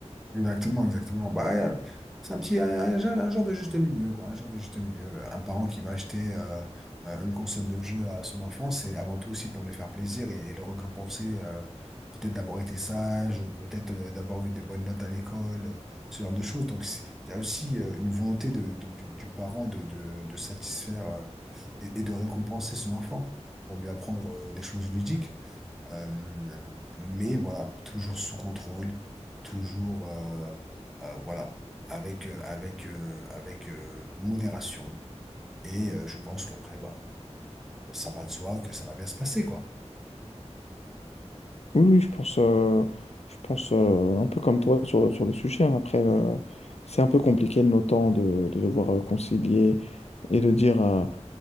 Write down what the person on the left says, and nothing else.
Oui, oui, je pense, euh, je pense euh, un peu comme toi sur, sur le sujet. hein. Après, euh, c'est un peu compliqué de nos temps de, de devoir euh, concilier et de dire à,